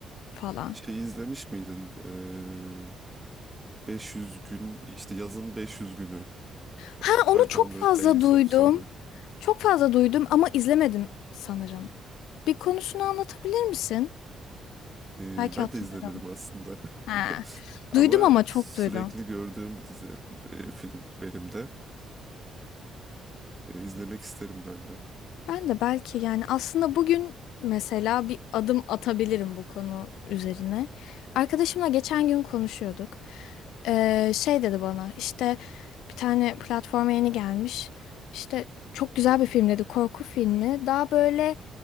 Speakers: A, on the left; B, on the right.
A: falan.
B: Şeyi izlemiş miydin? Ee, 500 gün, işte yazın 500 günü.
A: Ha onu
B: 500
A: çok fazla
B: Days
A: duydum.
B: of Summer.
A: Çok fazla duydum ama izlemedim sanırım. Bir konusunu anlatabilir misin?
B: Ee,
A: Belki
B: ben
A: hatırlarım.
B: de izlemedim aslında.
A: Ha.
B: <laughs> Ama
A: Duydum ama çok
B: sürekli
A: duydum.
B: gördüğüm bir dizi, e, film benim de. Ee, izlemek isterim ben de.
A: Ben de belki yani aslında bugün mesela bir adım atabilirim bu konu üzerine. Arkadaşımla geçen gün konuşuyorduk. Ee, şey dedi bana işte bir tane platforma yeni gelmiş. İşte çok güzel bir film dedi korku filmi. Daha böyle